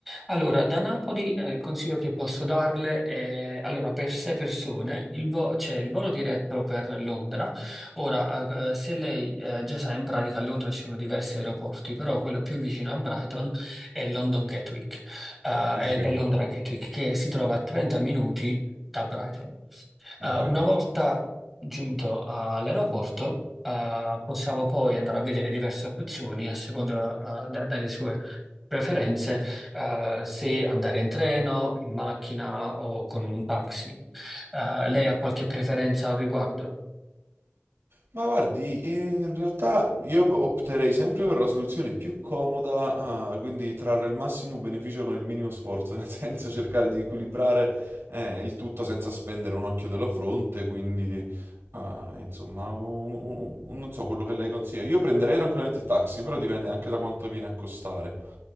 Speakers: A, in the centre; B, on the right.
A: Allora, da Napoli eh, il consiglio che posso darle è, allora, per sei persone il vo- c'è il volo diretto per Londra. Ora, eh, se lei eh, già sa, in pratica a Londra ci sono diversi aeroporti, però quello più vicino a Brighton è London Gatwick, eh,
B: Ok,
A: è, è Londra Gatwick, che si trova a 30 minuti da Brighton. Eh,
B: ok.
A: una volta giunto all'aeroporto, eh, possiamo poi andare a vedere diverse opzioni a seconda, eh, da- delle sue preferenze, eh, se andare in treno, in macchina o con un taxi. Eh, lei ha qualche preferenza al riguardo?
B: Ma guardi, eh, in realtà io opterei sempre per la soluzione più comoda, ah, quindi trarre il massimo beneficio con il minimo sforzo, nel <laughs> senso cercare di equilibrare eh, il tutto senza spendere un occhio della fronte, quindi ah, insomma, un- un- un- non so quello che lei consiglia. Io prenderei tranquillamente il taxi, però dipende anche da quanto viene a costare.